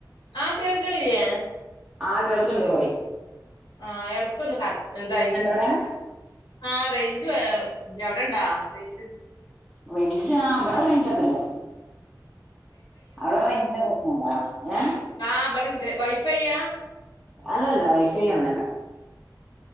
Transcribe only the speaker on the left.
ആ കേക്കണില്ലേ
ആ എടക്കൊന്ന് കട്ട് ഇതായി
ആ റേഞ്ച് ല്ല്യ അവിടെണ്ടാ റേഞ്ച്
കാ ഇവിടെണ്ട് വൈ ഫൈ യ